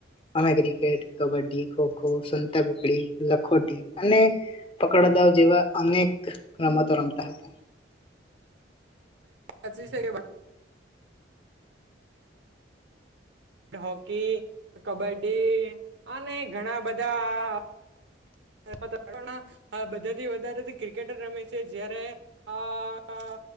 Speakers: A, on the left; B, on the right.
A: અમે ક્રિકેટ, કબડ્ડી, ખોખો, સંતાકુકડી, લખોટી અને પકડ જેવા અનેક રમતો રમતા હતા.
B: <unintelligible> હચી છે કે હોકી, કબડ્ડી અને ઘણા બધા <unintelligible> બધાથી વધારે ક્રિકેટર રમે છે, જયારે આ અ